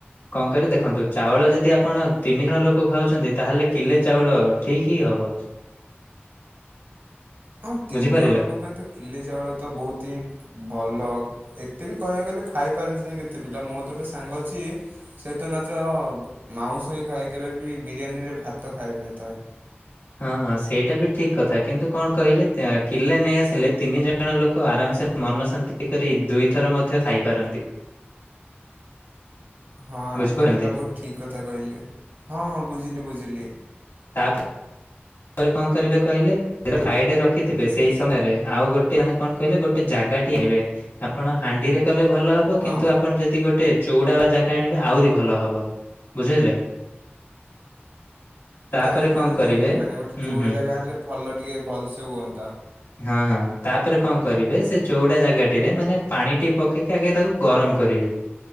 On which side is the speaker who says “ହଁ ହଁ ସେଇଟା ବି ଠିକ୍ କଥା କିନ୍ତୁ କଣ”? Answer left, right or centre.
Left